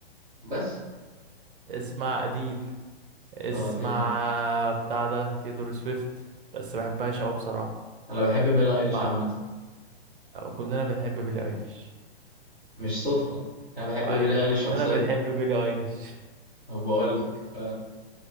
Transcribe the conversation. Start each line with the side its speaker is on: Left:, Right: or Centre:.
Centre: بس
Right: اسمع اديل اسمع
Centre: اه تلهال
Right: بتاع ده تيلور سويفت بس بحبهاش أوي بصراحة
Centre: انا بحب بيلي ايليش
Right: مع-
Centre: عامة
Right: كلنا بنحب بيلي ايليش
Centre: مش صوتها انا بحب بيلي
Right: ايوه كلنا
Centre: ايليش شخصيا
Right: بنحب بيلي ايليش <laughs>
Centre: انا بقول لك ف...